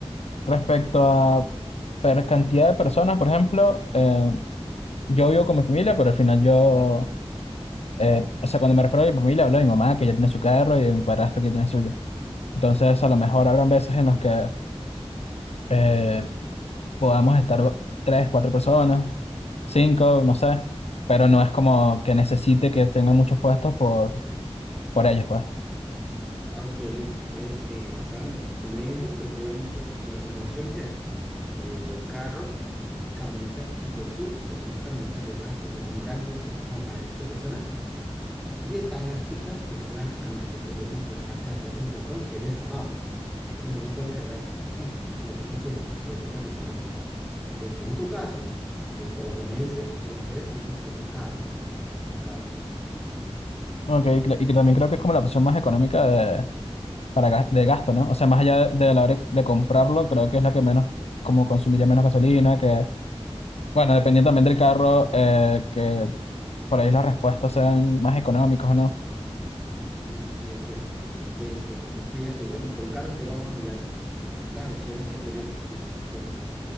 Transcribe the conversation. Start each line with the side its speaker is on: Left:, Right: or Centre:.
Left: respecto a per cantidad de personas, por ejemplo, eh, yo vivo con mi familia, pero al final yo... Eh, o sea, cuando me refiero a mi familia, hablo de mi mamá, que ya tiene su carro, y de mi padrastro, que tiene suyo. Entonces, a lo mejor habrán veces en las que eh, podamos estar tres, cuatro personas, cinco, no sé, pero no es como que necesite que tengan muchos puestos por, por ellos, pues.
Centre: Aunque listo, entonces, eh, basado en lo que tú me dices, pues obviamente, porque las, las opciones eran eh, carro, camioneta tipo SUVs, que son camionetas de esas que son grandes, que son como para siete personas Y están las pickups, que son las camionetas que tienen la parte de atrás del platón, que es destapado. Es donde uno puede cargar, bueno, lo que uno quiera, que le quepa en el platón. Listo, en tu caso, pues por lo que me dices, lo mejor es irnos por un carro, ¿no? Por un carro.
Left: Ok, y cre- y que también creo que es como la opción más económica de- para gas- de gasto, ¿no? O sea, más allá de la hora de comprarlo, creo que es la que menos, como consumiría menos gasolina, que, bueno, dependiendo también del carro, eh, que por ahí las respuestas sean más económicas o no.
Centre: Sí, sí, sí, es cierto. Entonces, eh, yo creía que íbamos por un carro, entonces vamos a mirar las opciones que tenemos. Listo. Entonces,